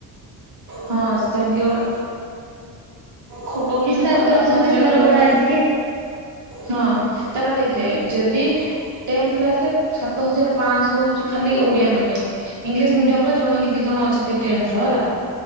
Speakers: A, on the right (about 45°); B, on the right (about 80°).
A: ହଁ ତାଙ୍କେ ଗୋଡେ ଖଟୋଉଚନ୍ତି
B: ହିସାବ
A: ପର୍ ଚାରି
B: ଦଉଛନ୍ତି
A: ପାଞ୍ଚଟା
B: ଘର
A: କ୍ଲାସ୍
B: ଭଡା
A: ଥି,
B: ଏତିକି
A: ହଁ ତାପରେ ଦେଖେ। ଯଦି। ଟେନ୍ଥ କ୍ଲାସ ରେ ସାତ ହଜାର ପାଁଶହ ହଉଚି ଖାଲି ଓଡିଆ ମିଡିୟମ, ଇଂଲିଶ ମିଡିୟମରେ ଜଣେ କି ଦି ଜଣ ଣ ଅଛତି ଟେନ୍ଥର ହେଲା,